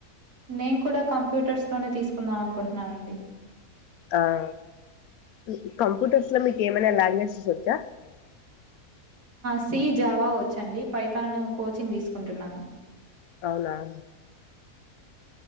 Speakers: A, on the right; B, on the left.
A: నేన్ కూడా కంప్యూటర్స్ లోనే తీసుకుందాం అనుకుంటున్నానండి.
B: ఆఆ కు కంప్యూటర్స్లా మీకు ఏమైనా లాంగ్వేజస్స్ వచ్చా.
A: సి జావా వచ్చండి, పైతనున్ కోచింగ్ తీసుకుంటున్నాను.
B: అవునాన్